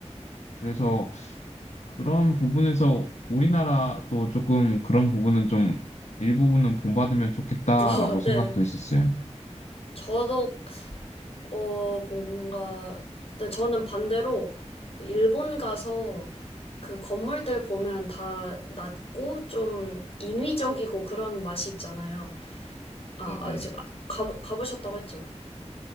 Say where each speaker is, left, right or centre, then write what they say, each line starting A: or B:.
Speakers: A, on the left (about 75°); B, on the left (about 55°).
A: 그래서 그런 부분에서 우리나라도 조금 그런 부분은 좀 일부분은 본받으면 좋겠다라고
B: <laughs> 아, 네,
A: 생각도 했었어요.
B: 저도 어, 뭔가, 근데 저는 반대로 일본 가서 그 건물들 보면 다 낮고 좀 인위적이고 그런 맛이 있잖아요. 아,
A: 네네.
B: 아 제가 가, 가보셨다고 했죠?